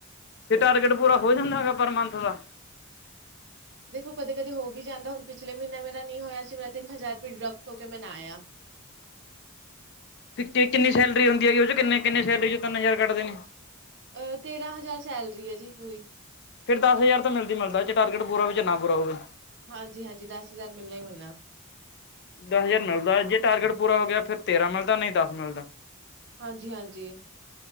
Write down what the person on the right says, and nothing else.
ਦੇਖੋ ਕਦੇ-ਕਦੇ ਹੋ ਵੀ ਜਾਂਦਾ। ਹੁਣ ਪਿਛਲੇ ਮਹੀਨਾ ਮੇਰਾ ਨਈ ਹੋਇਆ ਸੀ, ਮੇਰਾ ਤਿੰਨ ਹਜ਼ਾਰ ਰੁਪਏ ਡਿਡਕਟ ਹੋ ਕੇ ਮੈਂ ਨਾ ਆਇਆ।
ਅ ਤੇਰਾਂ ਹਜ਼ਾਰ ਸੈਲਰੀ ਹੈ ਜੀ ਪੂਰੀ।
ਹਾਂਜੀ-ਹਾਂਜੀ। ਦਸ ਹਜ਼ਾਰ ਮਿਲਣਾ ਹੀ ਮਿਲਣਾ।
ਹਾਂਜੀ-ਹਾਂਜੀ‌।